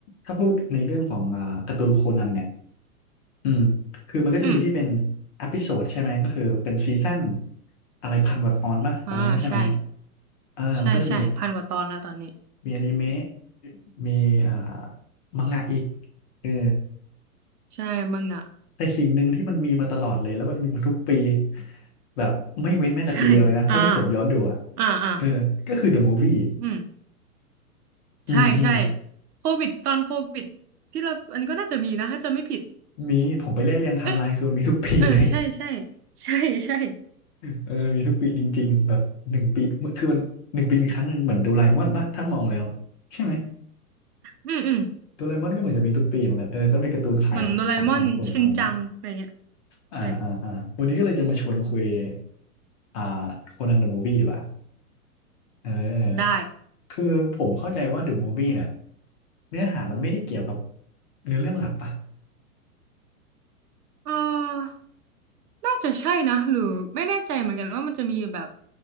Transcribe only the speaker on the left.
ถ้าพูดในเรื่องของอ่าการ์ตูนโคนันเนี่ยอืมคือมันก็จะมีที่เป็น
อ p พิโซดใช่ไหมก็คือเป็นซีซั่นอะไรพันกว่าตอนป่ะตอนเนี้ยใช่ไหม
เออมันก็จะมี
มีอนิเมะมีอ่ามังงะอีกเออ
แต่สิ่งหนึ่งที่มันมีมาตลอดเลย แล้วมันมีมาทุกปี แบบไม่เว้นแม้แต่ปีเดียวเลยนะ
เท่าที่ผมย้อนดูอ่ะ
เออก็คือ The Movie
อืมอืม
มีผมไปไล่เรียงไทม์ไลน์คือมันมีทุกปีเลย
เออ มีทุกปีจริงๆ แบบหนึ่งปี คือมันหนึ่งปีมีครั้งหนึ่งเหมือนโดราเอมอนป่ะถ้ามองแล้วใช่ไหม
โดราเอมอนก็เหมือนจะมีทุกปีเหมือนกัน เออก็เป็นการ์ตูนขายของของฝั่งญี่ปุ่นเขาเลยมั้ง
อ่า
อ่า อ่า วันนี้ก็เลยจะมาชวนคุย อ่าโคนันเดอะมูฟวี่ดีกว่าเออ
คือผมเข้าใจว่าเดอะมูฟวี่เนี่ยเนื้อหามันไม่ได้เกี่ยวกับเนื้อเรื่องหลักป่ะ